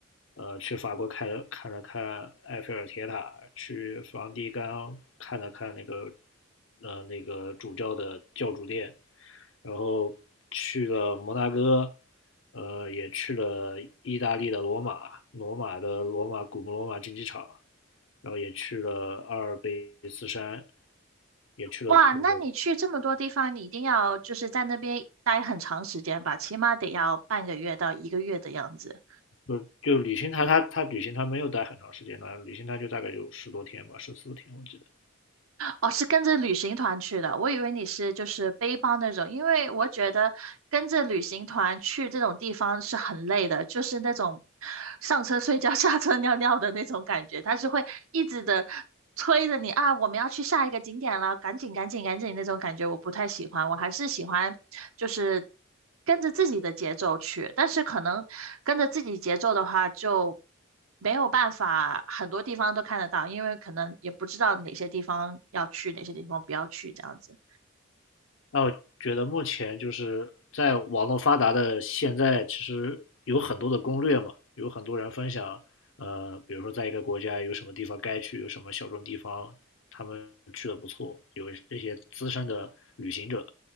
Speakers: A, on the left; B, on the right.
A: 呃，去法国看看了看埃菲尔铁塔，去梵蒂冈看了看那个，呃，那个主教的教主殿，然后去了摩纳哥，呃，也去了意大利的罗马，罗马的罗马古罗马竞技场，然后也去了阿尔卑斯山，也去了那个
B: 哇，那你去这么多地方，你一定要就是在那边待很长时间吧，起码得要半个月到一个月的样子。
A: 就就旅行团他他旅行团没有待很长时间呢，旅行团就大概就十多天吧，十四天我记得。
B: 哦，是跟着旅行团去的，我以为你是就是背包那种，因为我觉得跟着旅行团去这种地方是很累的，就是那种上车睡觉、<laughs> 下车尿尿的那种感觉，他是会一直的催着你啊，我们要去下一个景点了，赶紧、赶紧、赶紧那种感觉，我不太喜欢，我还是喜欢就是跟着自己的节奏去，但是可能跟着自己节奏的话就。没有办法，很多地方都看得到，因为可能也不知道哪些地方要去，哪些地方不要去，这样子。
A: 那我觉得目前就是在网络发达的现在，其实有很多的攻略嘛，有很多人分享，呃，比如说在一个国家有什么地方该去，有什么小众地方，他们去的不错，有这些资深的旅行者，